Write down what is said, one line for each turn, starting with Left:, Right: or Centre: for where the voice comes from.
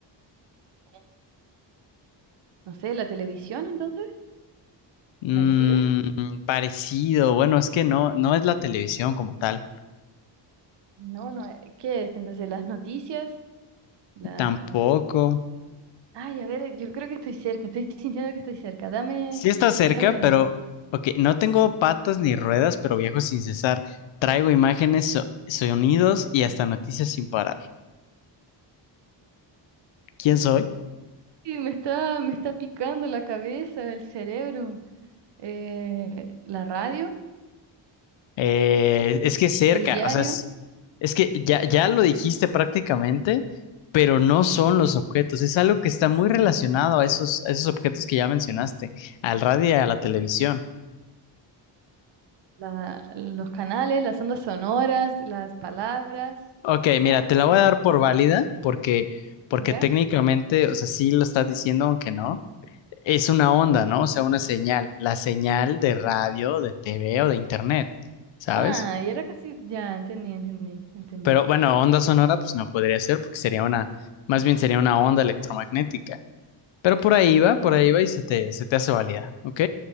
Right: un- no sé, la televisión, entonces,
Left: Mm,
Right: parecido.
Left: parecido, bueno, es que no, no es la televisión como tal,
Right: No, no, eh, ¿qué es? Entonces, las noticias, las...
Left: tampoco.
Right: Ay, a ver, yo creo que estoy cerca, estoy sintiendo que estoy cerca. Dame,
Left: Sí está cerca,
Right: dame de nuevo.
Left: pero, ok, no tengo patas ni ruedas, pero viajo sin cesar. Traigo imágenes, so- sonidos y hasta noticias sin parar. ¿Quién soy?
Right: Sí, me está, me está picando la cabeza, el cerebro, eh, la radio,
Left: Eh,
Right: no sé,
Left: es que cerca,
Right: el diario.
Left: o sea, es, es que ya, ya
Right: Ay.
Left: lo dijiste prácticamente, pero no son los objetos, es algo que está muy relacionado a esos, a esos objetos que ya mencionaste, al radio y a la televisión.
Right: la- los canales, las ondas sonoras, las palabras.
Left: Ok, mira,
Right: Ay, no
Left: te
Right: sé.
Left: la voy a dar por válida porque, porque
Right: ¿Ya?
Left: técnicamente, o sea, sí lo estás diciendo, aunque no. Es una onda, ¿no? O sea, una señal, la señal de radio, de TV o de internet, ¿sabes?
Right: Ah, y era casi. Ya, entendí, entendí, entendí.
Left: Pero bueno, onda sonora, pues no podría ser porque sería una, más bien sería una onda electromagnética. Pero por ahí va,
Right: Ujú.
Left: por ahí va y se te, se te hace válida, ¿ok?